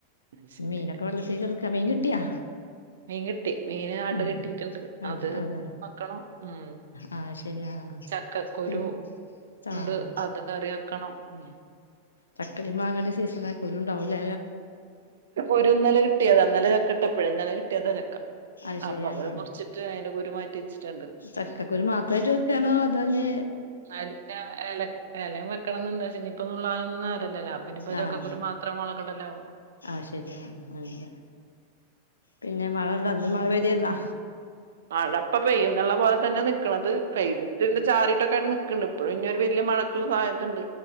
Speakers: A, on the right; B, on the left.
A: അത് ശരി
B: മീനൊക്കെ വെള്ളത്തിൽ കിടക്കാ മീൻ കിട്ടിയാ
A: മീൻ കിട്ടി മീന് അട്
B: ഉം
A: കെട്ടിട്ടുണ്ട്
B: അതെ
A: അത്
B: അതെ അതെ
A: വെക്കണോ ഉം.
B: ആഹ് ശരി ആഹ്
A: ചക്കക്കുരു
B: പിന്നെ
A: ഉണ്ട്
B: ആഹ്
A: അത് കറി വെയ്ക്കണം ഉം
B: ചക്കളിയും മാങ്ങടെ സീസണ ആ കുരുണ്ടാവൂല്ല
A: ഒരു ഇന്നലെ കിട്ടിയതാ ഇന്നലെ ചക്കയിട്ടെപ്പഴ് ഇന്നലെ കിട്ടിയതാ ചക്ക.
B: അത് ശരി
A: അപ്പൊ
B: അങ്ങനെ
A: മുറിച്ചിട്ട് അതിന്റെ കുരു മാറ്റി വെച്ചിട്ടുണ്ട്
B: ചക്കക്കുരു മാത്രമായിട്ട് വെക്കുവാണോ ആതോ ഇനി
A: അല്ല എല എലയും വെക്കണയെന്നുണ്ട് പക്ഷേ ഇനിയിപ്പൊ നുള്ളാൻ നു ഇന്ന് നേരയില്ലല്ലോ അപ്പൊ ഇപ്പ ഇതൊക്കെ
B: ആഹ്
A: ചക്കകുരു മാത്രം മുളക്കിടല്ലോ
B: ആഹ് ശെരി ആഹ് അങ്ങനെ പിന്നെ മഴന്ത അത് മഴ പെയ്തിനാ.
A: മഴയിപ്പം പെയ്യും എന്നുള്ള പോലെ തന്നെ നിക്കണത് പെയ്ട്ടന്റെ ചാറിട്ടൊക്കെണ്ട് ക്കിണ്ട് ഇപ്പഴും ഇനിയൊരു വലിയ മഴക്കുള്ള സാധ്യതയിണ്ട്.